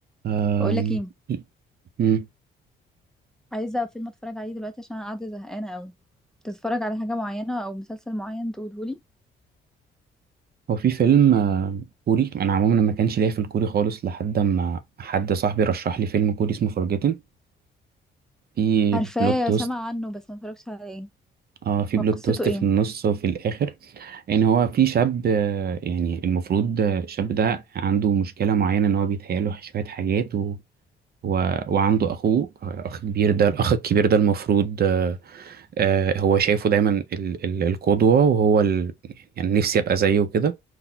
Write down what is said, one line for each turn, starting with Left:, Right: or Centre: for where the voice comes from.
Right: أم،
Centre: بقول لك ايه
Right: مم.
Centre: عايزه فيلم اتفرج عليه دلوقتي عشان انا قاعده زهقانه قوي تتفرج على حاجه معينه او مسلسل معين تقوله لي
Right: هو في فيلم آه، كوري انا عموما ما كانش ليا في الكوري خالص لحد ما حد صاحبي رشح لي فيلم كوري اسمه فورجيتن في
Centre: عارفاه
Right: بلوت تويست
Centre: سامعه عنه بس ما اتفرجتش عليه
Right: اه في بلوت
Centre: هو قصته
Right: تويست
Centre: ايه
Right: في النص وفي الاخر ان هو في شاب آه، يعني المفروض آه، الشاب ده عنده مشكله معينه ان هو بيتهيأله شويه حاجات و... و... وعنده اخوه آه، اخ كبير ده الاخ الكبير ده المفروض آه، آه، هو شايفه دايما ال... ال... القدوه وهو ال... يعني نفسي ابقى زيه كده